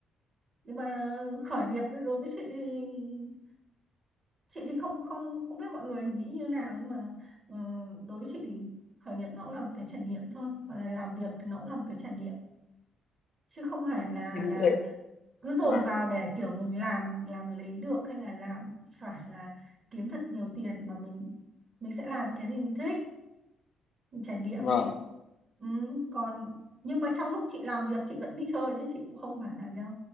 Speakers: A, on the right; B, on the left.
A: nhưng mà khởi nghiệp đối với chị thì- chị thì không không không biết mọi người nghĩ như nào nhưng mà ờ, đối với chị thì khởi nghiệp nó cũng là một cái trải nghiệm thôi hoặc là làm việc thì nó cũng là một cái trải nghiệm chứ không phải là
B: Em
A: là
B: em
A: cứ dồn
B: và
A: vào để kiểu mình làm làm lấy được hay là làm phải là kiếm thật nhiều tiền mà mình mình sẽ làm cái gì mình thích mình trải nghiệm
B: vâng. vâng.
A: ừ, còn nhưng mà trong lúc chị làm việc chị vẫn đi chơi chứ chị cũng không phải là đâu